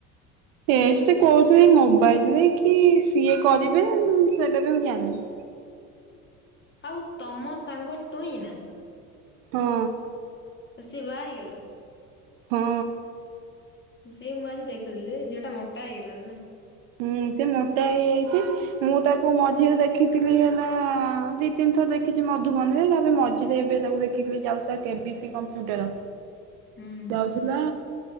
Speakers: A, on the right (about 60°); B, on the left (about 25°).
A: ଟେଷ୍ଟ କଉଥିରେ ମୋବାଇଲରେ କି ସିଏ କରିବେ, ସେଟା ବି ମୁ ଜାଣିନି। <inaudible>
B: ଆଉ ତମ ସାଙ୍ଗ ଟୋଇଁ ନା।
A: ହଁ।
B: ସେ ବା ହେଇଗଲା।
A: ହଁ।
B: ସେଇ ମୁଁ ଆଜିି ଦେଖୁଥିଲି, ଝିଅଟା ମୋଟା ହେଇଗଲାଣି ନା।
A: ହୁଁ, ସେ ମୋଟା ହେଇଯାଇଛି, ମୁଁ ତାକୁ ମଝିରେ ଦେଖିଥିଲି ହେଲା ଦି ତିନିଥର। ଦେଖିଛି, ମଧୁବନୀରେ, ତାପରେ ବେ ମଝିରେ ଏବେ ତାକୁ ଦେଖିଥିଲି, ଯାଉଥିଲା କେ ବି ସି କମ୍ପ୍ୟୁଟର।
B: ହୁଁ
A: ଯାଉଥିଲା,